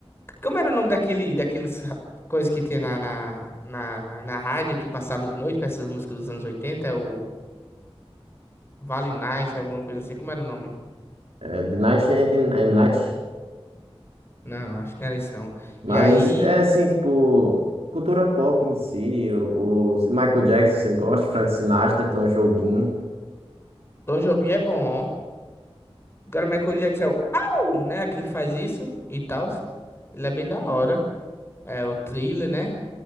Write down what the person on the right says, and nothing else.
É, de Night and, and Night.
Mas
é assim, tipo, cultura pop em si, o, o Michael Jackson, você gosta, Frank Sinatra, Tom Jobim.